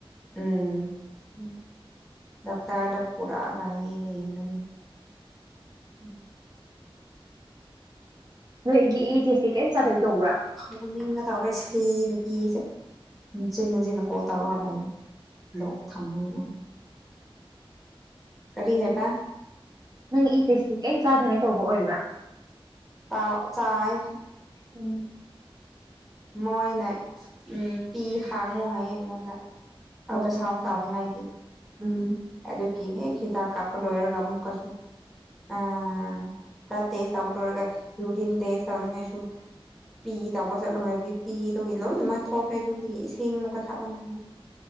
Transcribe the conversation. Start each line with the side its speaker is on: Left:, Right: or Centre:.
Centre: ꯎꯝ
Right: <inaudible>
Centre: ꯗꯥꯛꯇ꯭ꯔꯗ ꯄꯨꯔꯛꯑꯒ ꯍꯌꯦꯡ ꯌꯦꯡꯒꯅꯤ
Right: ꯎꯝ ꯅꯣꯏꯒꯤ ꯏ ꯇꯦꯁꯇꯤ ꯀꯔꯤꯝ ꯆꯥꯗꯕꯤ ꯇꯧꯕ꯭ꯔꯥ
Centre: ꯐꯨꯅꯤꯡꯒꯗꯧꯔꯦ ꯁꯤ ꯅꯨꯄꯤꯁꯦ ꯍꯟꯖꯤꯟ ꯍꯟꯖꯤꯟ ꯀꯣꯜ ꯇꯧꯔꯒ ꯂꯩꯔꯦ ꯕ꯭ꯂꯣꯛ ꯊꯝꯃꯅꯤꯃꯥ ꯀꯔꯤ ꯍꯥꯏꯕ
Right: ꯅꯪꯒꯤ ꯏ ꯇꯦꯁꯇꯤ ꯀꯩꯝ ꯆꯥꯗꯔꯤꯉꯩ ꯇꯧꯕ ꯑꯣꯏꯕ꯭ꯔꯥ
Centre: ꯇꯥꯎ ꯆꯥꯏꯌꯦ
Right: ꯎꯝ
Centre: ꯃꯣꯏꯅ ꯎꯝ ꯄꯤ ꯍꯥꯡꯉꯨ ꯍꯥꯏꯌꯦ ꯑꯩꯉꯣꯟꯗ ꯑꯥꯗ
Right: ꯑꯣ
Centre: ꯁꯥꯎꯟ ꯇꯥꯎꯅꯤꯉꯥꯏꯒꯤ
Right: ꯎꯝ
Centre: ꯑꯗꯨ ꯀꯤ ꯍꯦꯛ ꯍꯤꯗꯥꯛ ꯀꯥꯞꯄ ꯂꯣꯏꯔꯒ ꯑꯃꯨꯛꯀꯁꯨ ꯑꯥ ꯕ꯭ꯂꯠ ꯇꯦꯁ ꯇꯧꯕ ꯂꯣꯏꯒ ꯌꯨꯔꯤꯟ ꯇꯦꯁ ꯇꯧꯅꯤꯉꯥꯏꯁꯨ ꯄꯤ ꯇꯧꯕ ꯆꯠꯂꯣ ꯍꯥꯏꯕꯒꯤ ꯄꯤꯗꯨꯒꯤ ꯂꯣꯏꯅꯃꯛ ꯊꯣꯛꯈ꯭ꯔꯦ ꯗꯨꯗꯤ ꯏꯁꯤꯡꯃꯨꯛꯀ ꯊꯥꯛ ꯑꯣꯅ ꯍꯥꯏ